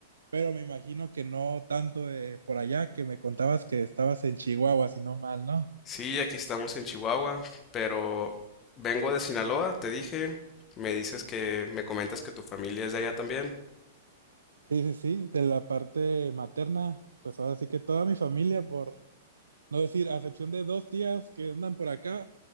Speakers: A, on the right; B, on the left.
A: pero me imagino que no tanto de por allá, que me contabas que estabas en Chihuahua, si no mal, ¿no?
B: Sí, aquí estamos en Chihuahua, pero vengo de Sinaloa, te dije. Me dices que me comentas que tu familia es de allá también.
A: Sí, sí, sí, de la parte materna, pues ahora sí que toda mi familia por No decir, a excepción de dos tías que andan por acá